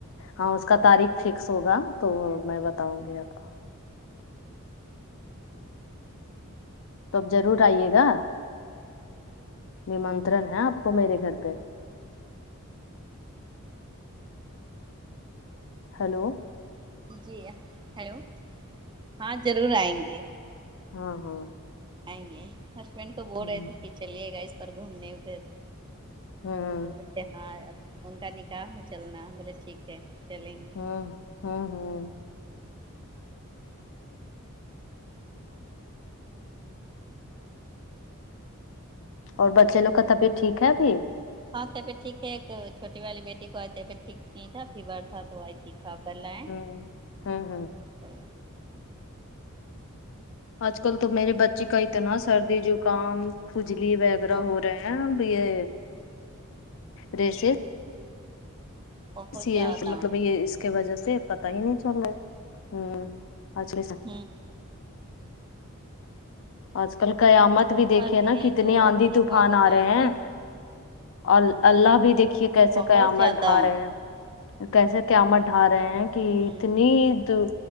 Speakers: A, on the left; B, on the right.
A: ہاں اس کا تاریخ فکس ہوگا تو میں بتاؤں گی آپ کو تو آپ جرور آئیے گا نمنترن ہے آپ کو میرے گھر پے ہیلو
B: جی ہیلو ہاں جرور آئیں گے
A: ہاں ہاں
B: آئیں گے ہسبینڈ کو بول
A: ہوں
B: رہے تھے کی چلیے گا اس پر گھومنے ادھر
A: ہوں
B: بورے تھے ان کے نکاح میں چلنا بولے ٹھیک ہے چلیں گے
A: ہمم ہمم اور بچےلوگ کا طبیعت ٹھیک ہے ابھی
B: ہاں طبعت ٹھیک ہے ایک چھوٹی والی بیٹی کو طبیعت نہیں تھا فیور تھا تو آج دکھا کر لیں
A: ہوں ہوں ہوں
B: تو
A: آج کل تو میرے بچی کا اتنا سردی جوکام کجلی وغیرہ
B: ہاں
A: ہو رہے ہیں اب یے ریسے
B: بہت زیادہ
A: یے مطلب یے اس کے وجہ سے پتا ہی نہیں چل رہا ہے ہج
B: ہوں
A: آج کل قیامت بھی
B: بخار
A: دیکھیے نا
B: ہے
A: کتنی
B: تو
A: آندھی
B: ابھی دکھوا
A: طوفان
B: کر
A: آ
B: لائے
A: رہے ہیں اور اللہ بھی دیکھیے کیسے
B: بہت
A: قیامت
B: زیادہ
A: ڈھا رہے ہیں کیسے قیامت ڈھا رہے ہیں کی
B: ہوں
A: اتنی تو